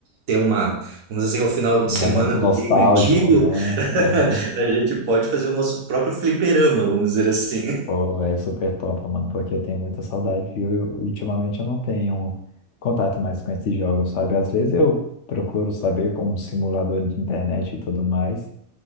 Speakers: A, on the right; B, on the left.
A: ter uma, vamos dizer, o final de
B: um
A: semana
B: momento
A: do
B: nostálgico,
A: game antigo,
B: né?
A: <laughs>
B: Aham.
A: a gente pode fazer o nosso próprio fliperama, vamos dizer assim.
B: Pô, velho, super top, mano, porque eu tenho muita saudade e eu, eu- ultimamente eu não tenho contato mais com esses jogos, sabe? Às vezes eu procuro saber com um simulador de internet e tudo mais,